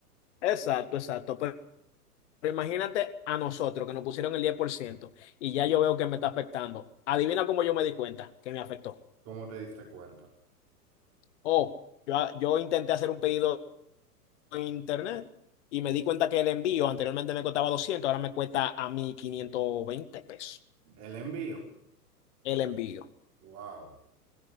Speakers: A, on the left (about 45°); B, on the right (about 35°).
A: Exacto, exacto. Pero, pero imagínate a nosotros que nos pusieron el 10% y ya yo veo que me está afectando. Adivina cómo yo me di cuenta que me afectó.
B: ¿Cómo te diste cuenta?
A: Oh, yo, yo intenté hacer un pedido en internet y me di cuenta que el envío anteriormente me costaba doscientos ahora me cuesta a mí 520 pesos
B: El envío,
A: el envío.
B: wow,